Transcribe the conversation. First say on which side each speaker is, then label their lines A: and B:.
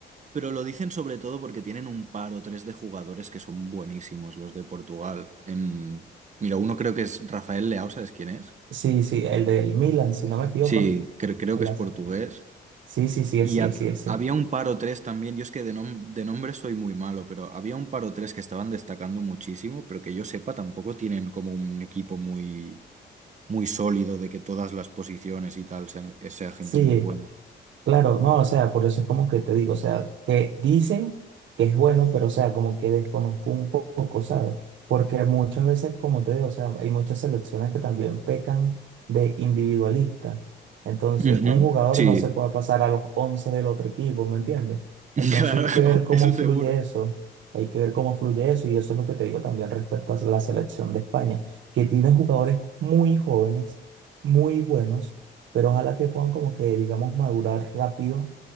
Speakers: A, on the right; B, on the right.
A: Pero lo dicen sobre todo porque tienen un par o tres de jugadores que son buenísimos, los de Portugal. Em, mira, uno creo que es Rafael Leao, ¿sabes quién es?
B: Sí, sí, el del Milan, si no me equivoco,
A: Sí,
B: ¿no?
A: cre- creo
B: El
A: que es
B: az-
A: portugués.
B: Sí, sí, sí,
A: Y
B: sí,
A: ha-
B: sí, sí.
A: había un par o tres también, yo es que de, nom- de nombre soy muy malo, pero había un par o tres que estaban destacando muchísimo, pero que yo sepa tampoco tienen como un equipo muy, muy sólido de que todas las posiciones y tal sean, sea gente
B: Sí,
A: muy buena.
B: Claro, no, o sea, por eso es como que te digo, o sea, que dicen que es bueno, pero o sea, como que desconozco un po- poco, ¿sabes? Porque muchas veces, como te digo, o sea, hay muchas selecciones que también pecan de individualista. Entonces,
A: Ujú,
B: un jugador
A: Sí,
B: no se puede pasar a los 11 del otro equipo, ¿me entiendes?
A: <laughs>
B: Entonces
A: claro,
B: hay que ver cómo
A: eso seguro.
B: fluye eso, hay que ver cómo fluye eso, y eso es lo que te digo también respecto a la selección de España, que tiene jugadores muy jóvenes, muy buenos pero ojalá que puedan como que, digamos, madurar rápido